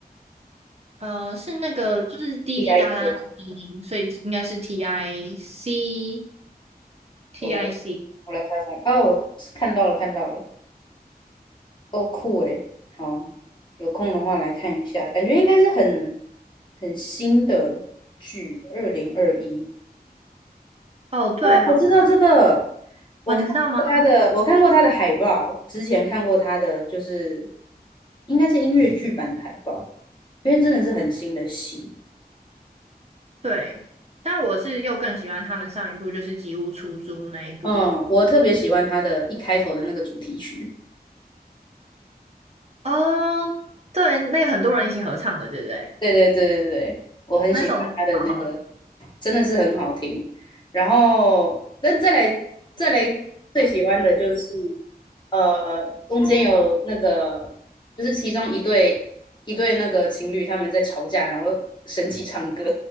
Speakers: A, on the right (about 40°); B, on the left (about 30°).
A: 呃，是那个就是滴滴答答的声音，
B: ？D I K，
A: 所以应该是 T I C T
B: 我来
A: I C。
B: 我来查查。哦，看到了看到了，哦酷哎，好，有空的话来看一下，感觉应该是很很新的剧，二零二一。
A: 哦，对，好，
B: 我知道这个，我看过他的，
A: 哦，你知道吗？
B: 我看过他的海报，之前看过他的，就是应该是音乐剧版的海报，因为真的是很新的戏。
A: 对，但我是又更喜欢他们上一部就是《吉屋出租》那一部。
B: 嗯，我特别喜欢他的一开头的那个主题曲。
A: 哦，对，那个很多人一起合唱的，对不对？
B: 对对对对对，我很喜欢他的那个，
A: 那首歌好好听，
B: 真的是很好听。然后，但再来再来最喜欢的就是，呃，中间有那个，就是其中一对一对那个情侣他们在吵架，然后生气唱歌，